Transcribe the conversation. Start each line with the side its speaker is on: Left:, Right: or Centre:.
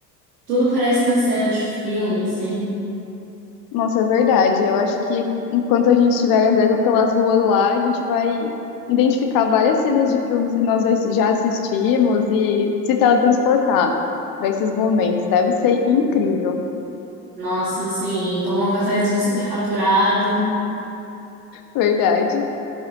Right: Tudo parece uma cena de filme, assim.
Left: Nossa, é verdade. Eu acho que enquanto a gente estiver andando pelas ruas lá, a gente vai identificar várias cenas de filmes que nós já assistimos e se teletransportar para esses momentos. Deve ser incrível.
Right: Nossa, assim, tomar um cafezinho super faturado.
Left: Verdade.